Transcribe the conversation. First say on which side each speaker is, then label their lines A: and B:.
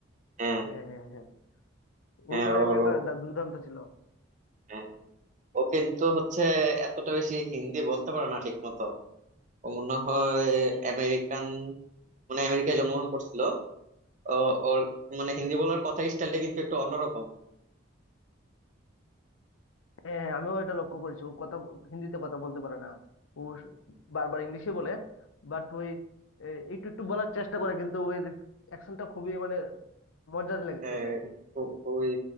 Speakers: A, on the right; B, on the left.
A: হ্যাঁ
B: হ্যাঁ হ্যাঁ হ্যাঁ
A: হ্যাঁ
B: ওর ক্যারেক্টারটা
A: ওর ও
B: দুর্দান্ত ছিল
A: হ্যাঁ, ও কিন্তু হচ্ছে এতটা বেশি হিন্দি বলতে পারে না ঠিক মতো ও মনে হয় আমেরিকান মানে আমেরিকায় জন্মগ্রহণ করছিল ও ওর মানে হিন্দি বলার কথার স্টাইলটা কিন্তু একটু অন্যরকম
B: হ্যাঁ হ্যাঁ আমিও এটা লক্ষ্য করেছি ও কথা হিন্দিতে কথা বলতে পারে না ও স- বারবার ইংলিশে বলে বাট ওই এ, একটু একটু বলার চেষ্টা করে কিন্তু ওই অ্যাকশনটা খুবই মানে মজার লেগেছে
A: আহ,
B: আর কি
A: খু- খুবই